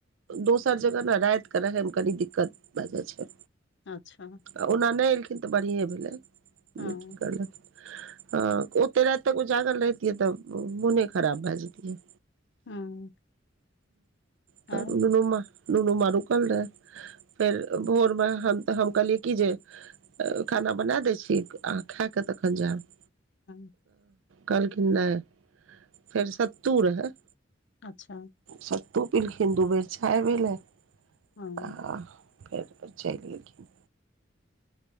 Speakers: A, on the right; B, on the left.
A: दोसर जगह ने रैत कऽ रहैमे कनी दिक्कत भए जाइ छै।
B: अच्छा।
A: आ ओना नै एलखिन तऽ बढ़िए भेलै।
B: हँ
A: नीके करलखिन ह ओते रैत तक उजागल रहतियै तऽ मुने खराब भे जैतीऐ।
B: हँ।
A: त
B: आर
A: नूनू म नूनू मा रूकाल रहै फेर भोरमे हम कहलियए कीजे। खाना बना दै छी। अहा खेकऽ तखन जेअब
B: हँ।
A: कहलखिन नै फेर सत्तू रहै
B: अच्छा
A: सत्तू पीलखिन दू बेर छाय भेलै।
B: हँ।
A: आ फेर चैल गेलखिन।